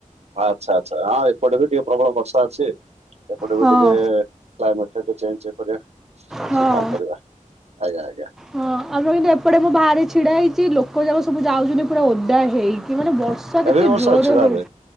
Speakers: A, on the right (about 50°); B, in the centre.
A: ଆଚ୍ଛା ଆଛା ହଁ ଏପଟେ ବି ଟିକେ ପ୍ରବଳ ବର୍ଷା ଅଛି। ଏପଟ ବି
B: ହଁ
A: ଟିକେ କ୍ଲାଇମେଟ ଟିକେ ଚେଞ୍ଜ କରିବା
B: ହଁ।
A: ସେ କଣ କରିବା ଆଜ୍ଞା ଆଜ୍ଞା।
B: ହଁ ଆମର କିନ୍ତୁ ଏପଟେ ମୋ ବାହାରେ ଛିଡ଼ା ହେଇଛି ଲୋକ ଯାକ ସବୁ ଯାଉଛନ୍ତି, ପୁରା ଓଦା ହେଇକି ମାନେ ବ ର୍ଷା
A: ଏବେ
B: କେତେ
A: ବି ବର୍ଷା
B: ଜୋର
A: ହଉଛି ତାହେଲେ
B: ହଉ